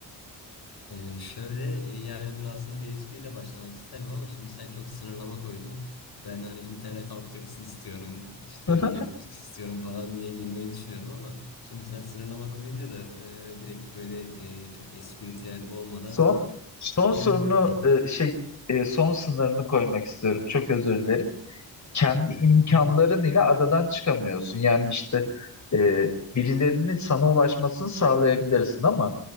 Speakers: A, on the left (about 55°); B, on the left (about 40°).
A: Ee, şöyle e, yani bunu aslında bir espriyle başlamak isterdim ama şimdi sen çok sınırlama koydun. Ben hani internet altyapısı istiyorum, işte
B: <laughs>
A: Netflix istiyorum falan diye girmeyi düşünüyordum ama şimdi sen sınırlama koyunca da e, direkt böyle e, çok espritüel olmadan
B: Son son
A: em
B: sorunu
A: <laughs>
B: e, şey e, son sınırını koymak istiyorum. Çok özür dilerim. kendi
A: Hı
B: imkanların
A: hı.
B: ile adadan çıkamıyorsun. Yani işte e, birilerinin sana ulaşmasını sağlayabilirsin ama